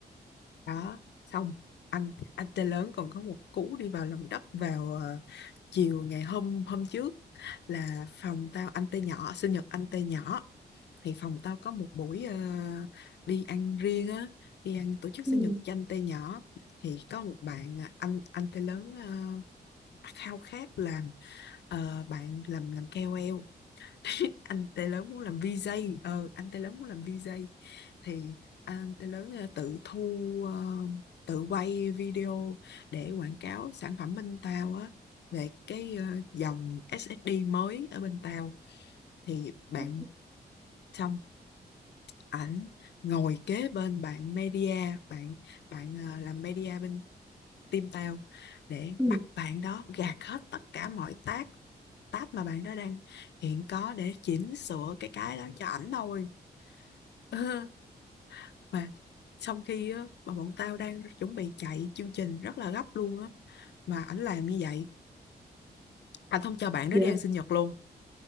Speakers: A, on the left; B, in the centre.
A: đó xong anh anh tê lớn còn có một cú đi vào lòng đất vào ờ, chiều ngày hôm hôm trước là phòng tao anh tê nhỏ sinh nhật anh tê nhỏ thì phòng tao có một buổi ờ, đi ăn riêng á đi ăn tổ chức
B: ừ.
A: sinh nhật cho anh tê nhỏ thì có một bạn à, anh anh tê lớn ờ, khao khát làm ờ, bạn làm làm KOL <laughs> anh Tê lớn muốn làm VJ ờ anh Tê lớn muốn làm VJ thì anh Tê lớn ờ, tự thu ờ, tự quay video để quảng cáo sản phẩm bên tao á về cái ờ, dòng SSD mới ở bên tao thì bạn
B: Ừ.
A: xong ảnh ngồi kế bên bạn media bạn bạn ờ, làm media bên team tao để
B: ừ,
A: bắt bạn đó gạt hết tất cả mọi tác tác mà bạn đó đang hiện có để chỉnh sửa cái cái đó cho ảnh thôi <laughs> mà trong khi á, mà bọn tao đang chuẩn bị chạy chương trình rất là gấp luôn á mà ảnh làm như vậy anh không cho bạn đó
B: dạ
A: đi ăn sinh nhật luôn